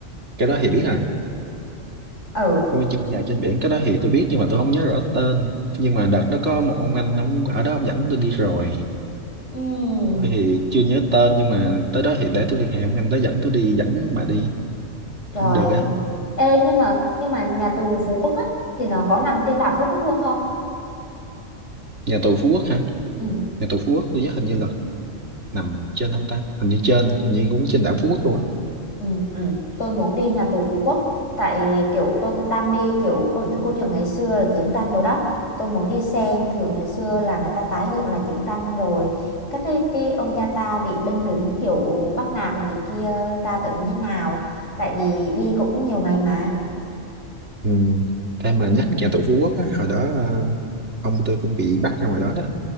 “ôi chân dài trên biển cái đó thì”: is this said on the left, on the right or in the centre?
Right